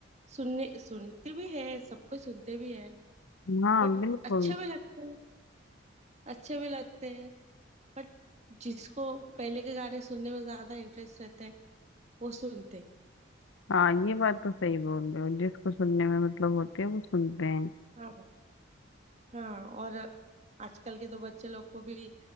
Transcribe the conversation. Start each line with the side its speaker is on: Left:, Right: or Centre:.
Right: सुनने सुनते भी है सब कोई सुनते भी है
Left: हाँ
Right: बट
Left: बिल्कुल
Right: अच्छे भी लगते हैं अच्छे भी लगते हैं बट जिसको पहले के गाने सुनने में ज्यादा इंटरेस्ट रहता है वो सुनते हैं।
Left: हाँ ये बात तो सही बोल रहे हो जिसको सुनने में मतलब होती है वो सुनते हैं
Right: हाँ हाँ और आजकल के तो बच्चे लोग को भी